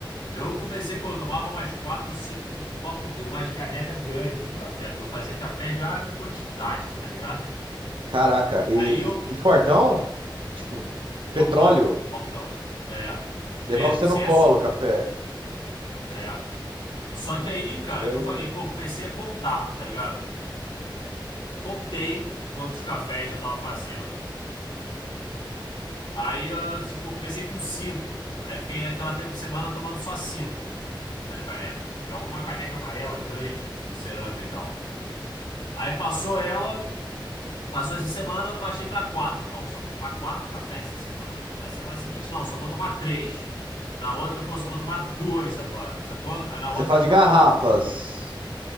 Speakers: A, on the left (about 75°); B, on the right (about 80°).
A: Eu comecei, pô, eu tomava mais quatro, cinco copos, gr- umas caneca grandes de café, porque eu fazia café já em quantidade, tá ligado? <laughs>
B: Caraca, e,
A: Aí eu,
B: e- e fortão? Tipo,
A: portão,
B: petróleo?
A: portão, é,
B: Levar
A: preto,
B: você
A: sem
B: no colo,
A: açúcar,
B: café.
A: é. Só
B: Nossa,
A: que aí,
B: o
A: cara,
B: cara
A: que eu falei,
B: é...
A: pô, comecei a contar, tá ligado? Contei quantos cafés eu tava fazendo. Aí, eu, tipo, comecei com cinco. Aí fiquei aquela te- semana tomando só cinco. das canecas, que é uma caneca amarela grande de cerâmica e tal. Aí passou ela, passou essa semana, baixei pra quatro. Não, só vou tomar quatro cafés essa semana. Na semana seguinte, não, só vou tomar três. Na outra, pô, só vou tomar dois agora, sacou? Aí na outra,
B: Você fala
A: só vou
B: de
A: tomar
B: garrafas.
A: um.